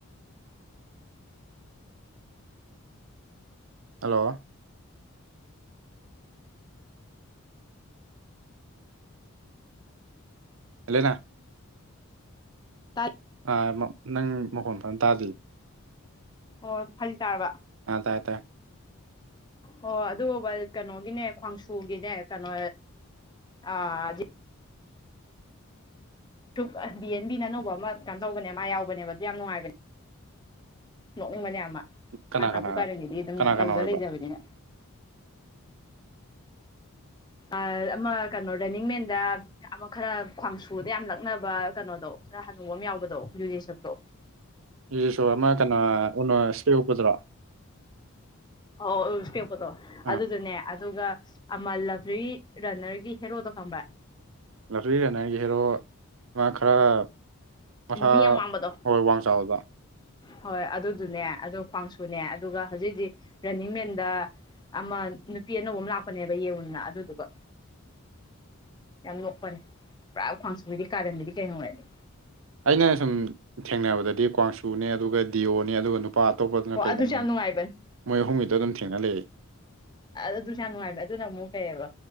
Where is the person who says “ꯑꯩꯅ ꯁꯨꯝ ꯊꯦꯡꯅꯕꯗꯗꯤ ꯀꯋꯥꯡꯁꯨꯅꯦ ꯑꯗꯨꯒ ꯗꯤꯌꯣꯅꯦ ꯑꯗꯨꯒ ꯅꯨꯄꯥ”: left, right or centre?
Right